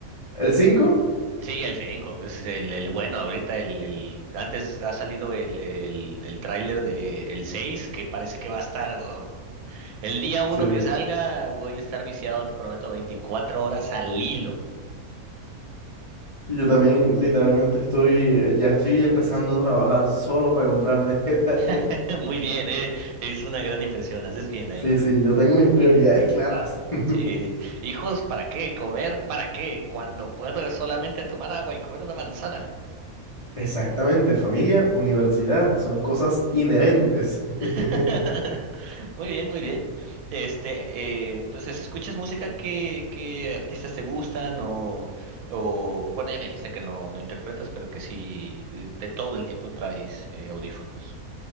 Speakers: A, on the left; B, on the right.
A: ¿el cinco.
B: Sí, el 5 es el, el bueno ahorita, el, el- antes ha salido el, el, el tráiler de el 6, que parece que va a estar, uf. El día uno
A: Sí,
B: que
A: sí.
B: salga voy a estar viciado, te prometo, 24 horas al hilo.
A: Sí, Yo también literalmente estoy, eh, ya estoy empezando a trabajar solo para comprarme <laughs> metas.
B: <laughs> Muy bien, eh, es una gran inversión, haces bien ahí.
A: Sí, sí, yo tengo mis prioridades claras. <laughs>
B: Sí, hijos, ¿para qué? ¿Comer? ¿Para qué? Cuando puedo solamente tomar agua y comer una manzana.
A: Exactamente, familia, universidad, son cosas inherentes. <laughs>
B: <laughs> Muy bien, muy bien. Este, eh, entonces, ¿escuchas música? ¿Qué, qué artistas te gustan? O, o, bueno, ya me dijiste que no, no interpretas, pero que sí, eh, de todo el tiempo traes eh, audífonos.